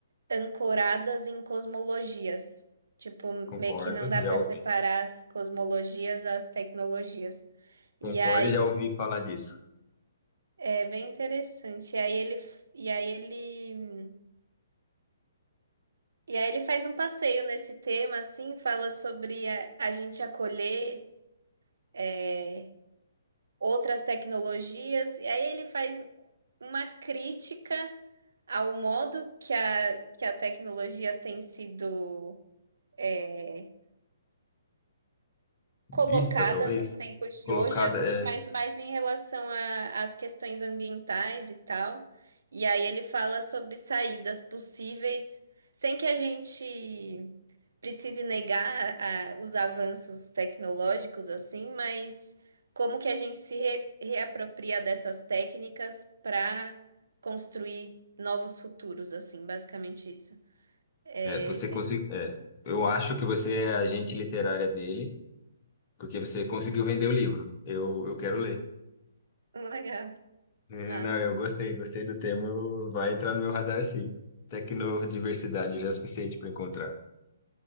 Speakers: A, on the right; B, on the left.
A: ancoradas em cosmologias. Tipo, meio
B: Concordo,
A: que não dá
B: já
A: para
B: ouvi,
A: separar as cosmologias às tecnologias. E
B: concordo
A: aí
B: e já ouvi falar disso.
A: É bem interessante. E aí ele, e aí ele, e aí ele faz um passeio nesse tema, assim, fala sobre a, a gente acolher é, outras tecnologias. E aí ele faz uma crítica ao modo que a, que a tecnologia tem sido é,
B: Vista,
A: colocada
B: talvez,
A: nos tempos
B: colocada,
A: de hoje, assim,
B: é,
A: mas mais em relação a- às questões ambientais e tal. E aí ele fala sobre saídas possíveis, sem que a gente precise negar a- os avanços tecnológicos, assim, mas como que a gente se re- reapropria dessas técnicas para construir novos futuros, assim, basicamente isso. É
B: é, você conseguiu,
A: bem
B: é, eu acho que você é a agente literária dele, porque você conseguiu vender o livro. Eu, eu quero ler.
A: <laughs> legal,
B: É,
A: massa.
B: Não, eu gostei, gostei do tema, eu- vai entrar no meu radar, sim. Tecnodiversidade já é o suficiente para encontrar.